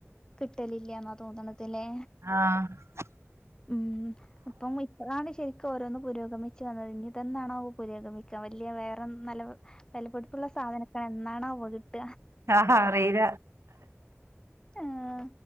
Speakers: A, on the left; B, on the right.
A: കിട്ടലില്ലന്ന് തോന്നണത് ലെ
B: ആഹ്
A: ഉം ഇപ്പം ഇപ്പളാണ് ശെരിക്കും ഓരോന്ന് പുരോഗമിച്ചു വന്നത് ഇനിതെന്നാണോവോ പുരോഗമിക്കാ വല്ല്യാ വേറെന്ന്. നല്ല വെലപ്പെട്പ്പുള്ള സാധനോക്കെ എന്നാണാവോ കിട്ട.
B: ആ ഹറീല.
A: ആഅ